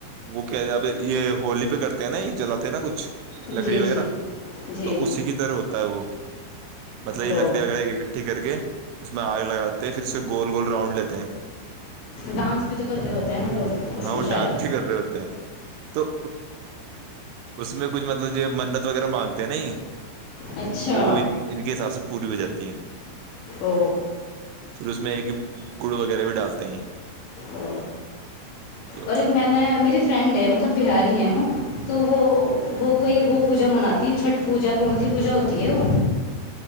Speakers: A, on the right; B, on the left.
A: وہ کیا اب یہ ہولی پہ کرتے ہیں نا یہ چلاتے ہیں نا کچھ چ لکڑی
B: جی
A: وغیرہ
B: جی جی
A: تو اسی کی طرح ہوتا ہے وہ مطلب
B: وہ
A: یہ لکڑی وغیرہ اکٹھی کر کے اس میں آگ لگاتا پھر اسے گول گول رؤنڈ لیتے ہیں
B: ڈانس بھی تو کر رہے ہوتے ہیں وہ لوگ اس
A: ہاں
B: میں
A: وہ
B: شاید
A: ڈانس بھی کر رہے ہوتے ہیں تو اس میں کچھ مطلب جو منت وغیرہ مانگتے ہیں نہیں
B: اچھا
A: وہ ان ان کے حساب سے پوری ہو جاتی ہے
B: ا
A: پھر اس میں ایک گڑ وغیرہ بھی ڈالتے ہیں
B: ا
A: یہ ہوتا
B: اور ایک
A: ہے
B: میں نے میری فرینڈ ہے م مطلب بہاری ہیں وہ تو وہ وہ کوئی وہ پوجا مناتی ہیں چھٹ پوجا کون سی پوجا ہوتی ہے وہ